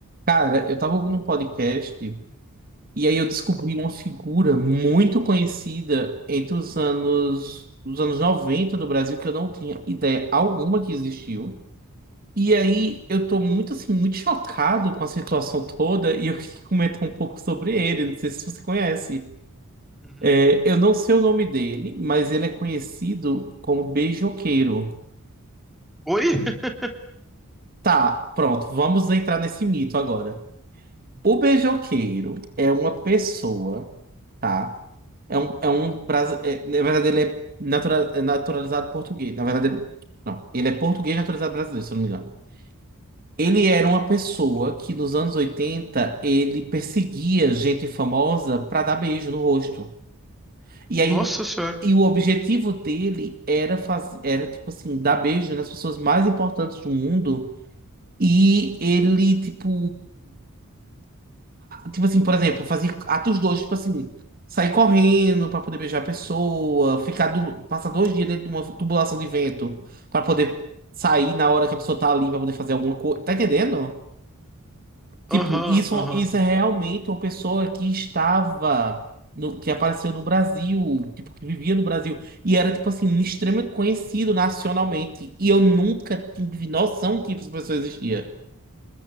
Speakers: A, on the right; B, in the centre.
A: Cara, eu tava ouvindo um podcast e aí eu descobri uma figura muito conhecida entre os anos, os anos 90 do Brasil que eu não tinha ideia alguma que existiu. E aí eu tô muito assim, muito chocado com a situação toda e eu queria comentar um pouco sobre ele, não sei se você conhece.
B: Uhum.
A: É, eu não sei o nome dele, mas ele é conhecido como Beijoqueiro.
B: Oi? <laughs>
A: Tá, pronto, vamos entrar nesse mito agora. O beijoqueiro é uma pessoa, tá? É um, é um brasi- é, na verdade, ele é, natura- é naturalizado português. Na verdade, ele- não, ele é português naturalizado brasileiro, se eu não me engano. Ele era uma pessoa que nos anos 80 ele perseguia gente famosa pra dar beijo no rosto. E
B: Nossa
A: aí o,
B: senhora.
A: e o objetivo dele era fazer, era tipo assim, dar beijo nas pessoas mais importantes do mundo. E ele, tipo, Tipo assim, por exemplo, fazer atos dois, tipo assim, sair correndo pra poder beijar a pessoa, ficar do, passar dois dias dentro de uma tubulação de vento pra poder sair na hora que a pessoa tá ali pra poder fazer alguma coisa. Tá entendendo? Tipo,
B: Aham,
A: isso,
B: aham.
A: isso é realmente uma pessoa que estava, no, que apareceu no Brasil, tipo, que vivia no Brasil e era, tipo assim, extremamente conhecido nacionalmente. E eu nunca tive noção que essa pessoa existia.